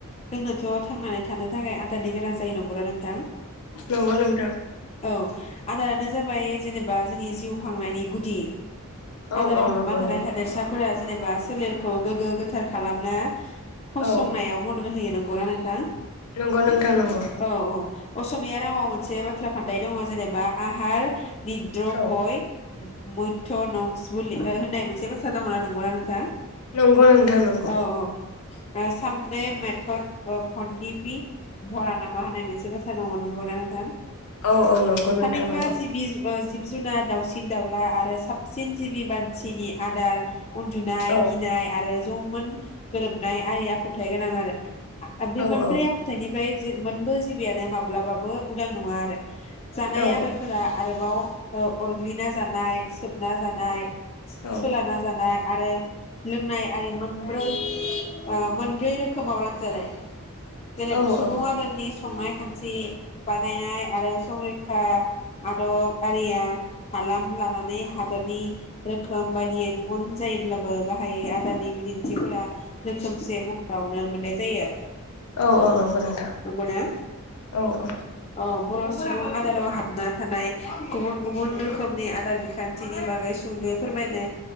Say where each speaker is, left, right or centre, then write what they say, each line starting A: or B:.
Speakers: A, on the left; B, on the left.
A: जोंनोथ' थांनानै थानो थाखाय आदारनि गोनां जायो नंगौना नोंथां
B: नंगौ नोंथां
A: औ आदारानो जाबाय जेनेबा जोंनि जिउ खांनायनि गुदि
B: औ
A: आदाराव
B: औ नंगौ
A: हाबना थानाय
B: नंगौ
A: थादेरसाफोरा जेनेबा सोलेरखौ गोग्गो गोथार खालामनो फसंनायाव
B: औ
A: मदद होयो नंगौना नोंथां
B: नंगौ नोंथां नंगौ
A: औ औ असमिया रावाव मोनसे बाथ्रा फान्द दङ जेनेबा आहार निद्र
B: औ
A: भय ओ मैथ्य नं सुलि ओ होननाय मोनसे बाथ्रा दंना नंगौना नोंथां
B: नंगौ नोंथां नंगौ
A: औ औ ओ सामदे मेथद ओ भन्दिफि भरा नामा होननाय मोनसे बाथ्रा दङ नंगौना थां
B: औ औ नंगौ नोंथां
A: थामहिनबा
B: नंगौ
A: जिबि ओ जिब जुनाद दाउसिन दाउला आरो साबस <unintelligible> मानसिनि आदार उन्दुनाय
B: औ औ
A: गिनाय आरो जौमोन गोरोबनाय आय आखुथायाइ गोनां आरो आं बे
B: औ
A: मोनब्रै आखुथायाइनिफ्राय जे मोनबो जिबियानो माब्लाबाबो उदां नङा आरो जानाय
B: औ
A: आदारफोरा
B: औ
A: आरो आव ओ अरग्लिना जानाय सोब ना जानाय
B: औ
A: सोलाना जानाय आरो लोंनाय आरि मोनब्रै ओ मोनब्रै रोखोमाव रानजानाय जेनेब
B: औ
A: सुबुं
B: औ
A: आदारनि संनाय खान्थि बानायनाय आरो संरैखा आदब आरिया हालाम लानानै हादरनि रोखोम बायदियै गुबुन जायोब्लाबो गाहायै आदारनि बिदिन्थिफोरा रोखोमसे महरावनो मोननाय जायो।
B: औ औ नंगौ नोंथां
A: नंगौना
B: औ औ
A: अ बर' सुबुं आदाराव हाबना थानाय गुबुन गुबुन रोखोमनि आदार बिखान्थिनि बागै सुंद'यै फोरमायनो